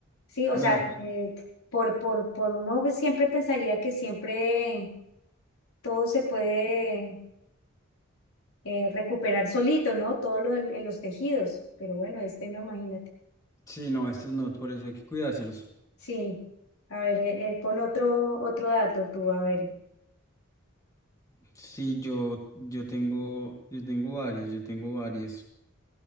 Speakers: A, on the left; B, on the left.
A: sí, o
B: me
A: sea,
B: la sabía.
A: eh, por, por, por uno siempre pensaría que siempre todo se puede eh, recuperar solito, ¿no? Todo lo del- en los tejidos, pero bueno, este no, imagínate.
B: Sí, no, estos no, por eso hay que cuidárselos.
A: Sí, a ver, eh, eh, pon otro, otro dato tú, a ver.
B: Sí, yo, yo tengo, yo tengo varios, yo tengo varios.